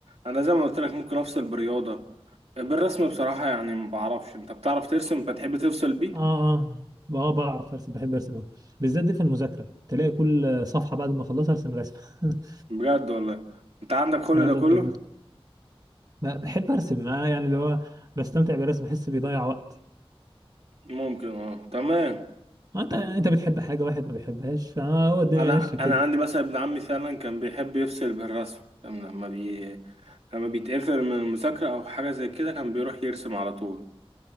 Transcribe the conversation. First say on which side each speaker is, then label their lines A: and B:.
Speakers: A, on the right; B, on the right.
A: انا زي ما قلت لك ممكن افصل برياضة بالرسم بصراحة يعني ما بعرفش انت بتعرف ترسم بتحب تفصل بيه
B: اه اه اه بعرف ارسم بحب ارسم أوي. بالذات دي في المذاكره تلاقي كل صفحه بعد ما اخلصها ارسم رسمه <laughs>
A: بجد والله انت عندك كل
B: اه والله
A: ده كله
B: بحب أرسم. ب- بحب ارسم انا يعني اللي هو بستمتع بالرسم بحس بيضيع وقت
A: ممكن اه تمام
B: انت انت بتحب حاجه واحد ما بيحبهاش فهو الدنيا
A: انا
B: ماشيه
A: انا
B: كده
A: عندي مثلا ابن عمي فعلا كان بيحب يفصل بالرسم كان لما بي لما بيتقفل من المذاكرة او حاجة زي كده كان بيروح يرسم على طول